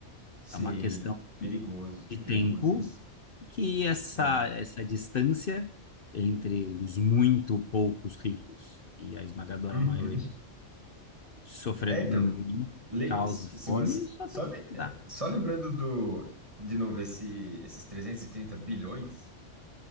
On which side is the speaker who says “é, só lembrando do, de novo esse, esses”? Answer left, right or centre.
Right